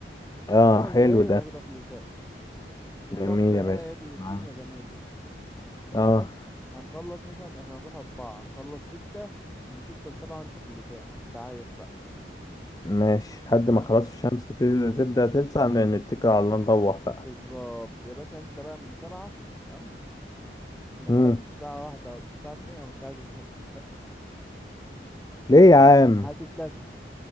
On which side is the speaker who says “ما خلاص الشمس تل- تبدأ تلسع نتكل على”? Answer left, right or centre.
Left